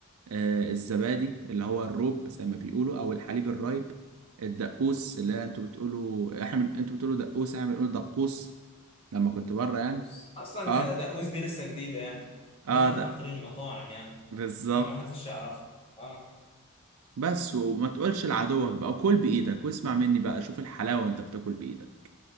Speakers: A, on the right; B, on the left.
A: آه الزبادي اللي هو الروب زي ما بيقولوا او الحليب الرايب الدقوس اللي انتوا بتقولوا احنا بن- انتوا بتقولوا دقوس احنا بنقول دقوس لما كنت بره يعني
B: بوس اصلا
A: اه
B: دقوس دي لسه جديده يعني دخلت
A: اه ده
B: عن طريق المطاعم يعني
A: بالظبط
B: انما محدش يعرفها اه
A: بس وما تقولش لعدوك بقى وكل بايدك واسمع مني بقى شوف الحلاوه وانت بتاكل بايدك